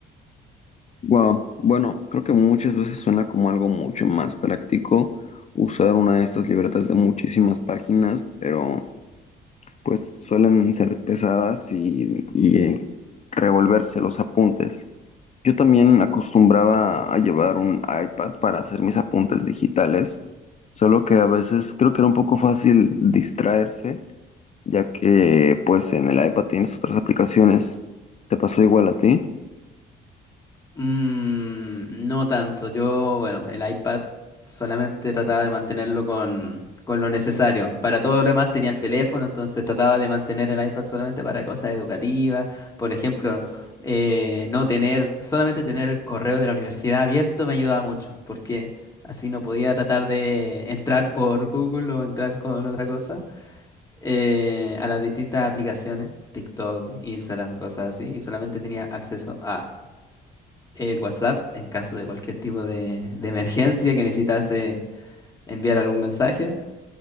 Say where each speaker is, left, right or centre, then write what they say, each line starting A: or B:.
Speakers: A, on the left (about 35°); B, on the left (about 15°).
A: Wow, bueno, creo que muchas veces suena como algo mucho más práctico usar una de estas libretas de muchísimas páginas, pero pues suelen ser pesadas y, y, eh, revolverse los apuntes. Yo también acostumbraba a llevar un iPad para hacer mis apuntes digitales, solo que a veces creo que era un poco fácil distraerse, ya que pues en el iPad tienes otras aplicaciones. ¿Te pasó igual a ti?
B: Mm, no tanto. Yo, bueno, el iPad solamente trataba de mantenerlo con, con lo necesario. Para todo lo demás tenía el teléfono, entonces trataba de mantener el iPad solamente para cosas educativas. Por ejemplo, eh, no tener, solamente tener el correo de la universidad abierto me ayudaba mucho, porque así no podía tratar de entrar por <laughs> Google o entrar con otra cosa eh, a las distintas aplicaciones, TikTok, Instagram, cosas así, y solamente tenía acceso a el WhatsApp en caso de cualquier tipo de, de emergencia que necesitase enviar algún mensaje.